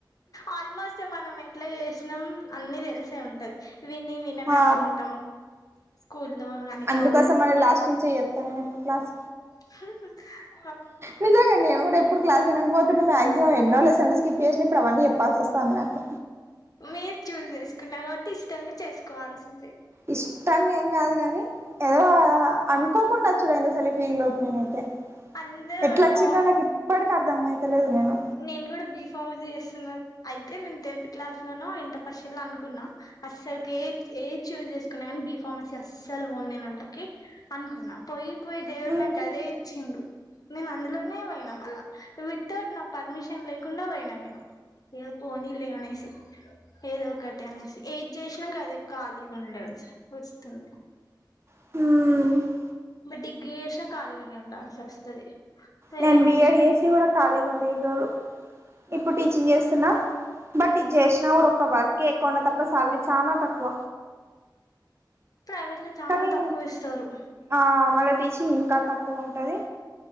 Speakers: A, on the left; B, on the right.
A: ఆల్మోస్ట్ మనం ఎట్లా చేసినాం అన్ని తెలిసే ఉంటది విని విననట్టుంటాం
B: ఆ
A: స్కూల్లో కానీ
B: అందుకోసం
A: కాలేజ్
B: మన లాస్ట్ నుంచే చేత్తా నేను ఎప్పుడు క్లాస్
A: <unintelligible>
B: నిజంగా అండి <unintelligible> ఎప్పుడు క్లాస్ వినకపోతే మాక్సిమం ఎన్నో లెసన్లు స్కిప్ చేసిఇప్పుడు అవన్నీ చెప్పాల్సి వస్తంది నాకు
A: మీరు చూస్ చేసుకున్నా కాబట్టి ఇష్టంగా చేసుకోవాల్సిందే
B: ఇష్టంగా ఏం కాదు కాని ఏదో అనుకోకుండా చుడైంది అసలు ఈ ఫీల్డ్ లోకి నేనైతే
A: అందరు
B: ఎట్లా వచ్చిందో నాకు ఇప్పటికి అర్థమైతలేదు నేను
A: నేను గూడా బి ఫార్మసీ చేస్తున్నా అయితే నేను టెన్త్ క్లాస్ లోను ఇంటర్ ఫస్టియర లో అనుకున్నా అస్సలుకి ఏ ఏ చూజ్ చేసుకున్నాగాని బిఫ ఫార్మసీ అస్సలు పోను నేన్ అందులోకి అనుకున్నా పోయి పోయి దేవుడు
B: ఉమ్
A: నాకు అదే ఇచ్చిండు నేను అందులోనే ఓయినా మళ్ళా వితౌట్ నా పర్మిషన్ లేకుండా పోయినా నేను ఏ పోనీలే అనేసి ఏదొకటి అనేసి ఏది చేసినా గదే ఖాళీగా ఉండొచ్చు వస్తుంది
B: మ్
A: మీ డిగ్గీ చేసిన ఖాళీగానే ఉండాల్సి వస్తది వేరేం
B: నేను బిఏ
A: చేసినా
B: చేసి కూడా ఖాళీగా ఉండే ఇన్న రోజులు ఇప్పుడు టీచింగ్ చేస్తున్నా బట్ ఇది చేసినా కూడా ఒక వర్కే ఎక్కువ తప్ప శాలరీ చానా తక్కువ
A: ప్రైవేట్ లో చానా
B: కానీ
A: తక్కువ ఇస్తారు
B: ఆ మళ్ళ టీచింగ్ ఇంకా తక్కువ ఉంటది